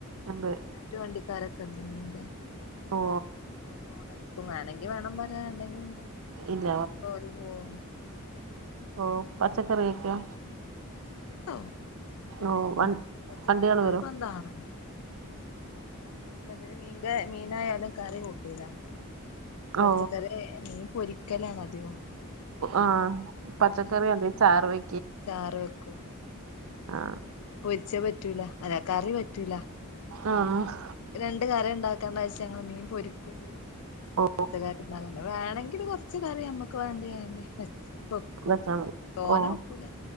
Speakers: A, on the right; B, on the left.
A: ഉണ്ട്
B: റ്റ് വണ്ടിക്കാരൊക്കെണ്ട് മീന്റെ
A: ഓ
B: ഓല് ഓണടിക്കും വേണെങ്കി വേണം പ വേണ്ടെങ്കി പിന്നെ
A: ഇല്ല
B: അപ്പോല് പോവും
A: ഓഹ് പച്ചക്കറിയൊക്കെയോ
B: പച്ചക്കറിണ്ടോ പച്ചക്കറി
A: ഓ
B: കയ്ക്കും
A: വ
B: പച്ചക്കറി
A: വണ്ടികൾ
B: നിർബന്ധാണ്
A: വരും
B: കാര്ണം ഹസ്ബന്റിന് മീങ്ക മീനായാലും കറി കൂട്ടൂല അപ്പൊ പിന്നെ പച്ചക്കറി
A: ഓ
B: ആയാ മീൻ പൊരിക്കലാണ് അധികും
A: ആഹ് പച്ചക്കറി അല്ലേ ചാറ് വെ
B: ചാറ് വെക്കും
A: ആ
B: പൊരിച്ചത് പറ്റൂല അല്ല കറി പറ്റൂലാ
A: ആഹ്
B: ഈ രണ്ട് കറിണ്ടാക്കാ പക്ഷേ ങ്ങള് മീൻ പൊരിക്കും ചെയ്യും
A: ഓ
B: പച്ചക്കറിണ്ട് അങ്ങനെ വേണെങ്കില് കൊർച്ച് കറി ഞമ്മക്ക് വേണ്ട്‌യാണ്ട് വെച് വെക്കും
A: വെച്ചാ മതി
B: തോനെ
A: ഓ
B: വെക്കൂല